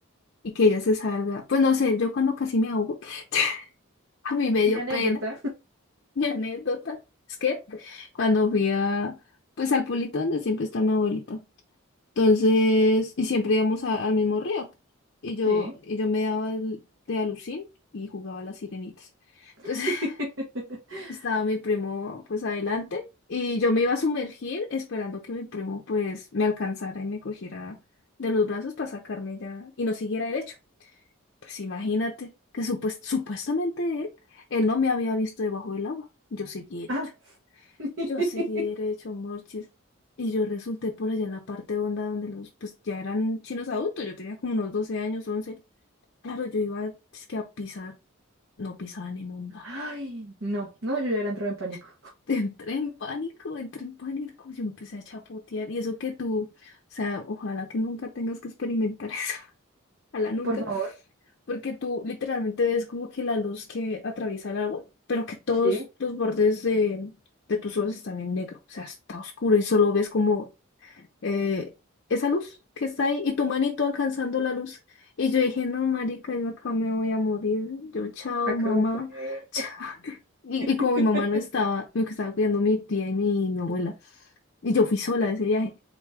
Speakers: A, on the left; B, on the right.
A: y que ella se salga. Pues no sé, yo cuando casi me ahogo, <laughs> a mí me
B: Mi
A: dio
B: anécdota.
A: pena. Mi anécdota es que cuando fui a, pues al pueblito donde siempre está mi abuelito, entonces, y siempre íbamos a- al mismo río, y yo,
B: Sí.
A: y yo me daba el- de alucín y jugaba a las sirenitas.
B: <laughs>
A: Entonces <laughs> estaba mi primo pues adelante y yo me iba a sumergir esperando que mi primo pues me alcanzara y me cogiera de los brazos para sacarme ya y no siguiera derecho. Pues imagínate que supues- supuestamente él, él no me había visto debajo del agua. Yo seguí derecho.
B: Ah, <laughs>
A: Yo seguí derecho, Morchis. Y yo resulté por allá en la parte honda donde los, pues ya eran chinos adultos. Yo tenía como unos 12 años, once Claro, yo iba es que a pisar. No pisaba ni monda.
B: Ay, no, no, yo ya era entrado en pánico.
A: <laughs> Entré en pánico, entré en pánico. Yo empecé a chapotear. Y eso que tú, o sea, ojalá que nunca tengas que experimentar <laughs> eso. a la nuca,
B: Por favor.
A: porque tú literalmente ves como que la luz que atraviesa el agua, pero que todos
B: sí,
A: los bordes de, de tus ojos están en negro, o sea, está oscuro y solo ves como eh, esa luz que está ahí y tu manito alcanzando la luz. Y yo dije, no, marica, yo acá me voy a morir, yo chao,
B: acá
A: mamá,
B: fue.
A: <laughs> chao. Y,
B: <laughs>
A: y como mi mamá no estaba, me estaba cuidando mi tía y mi, mi abuela, y yo fui sola a ese viaje.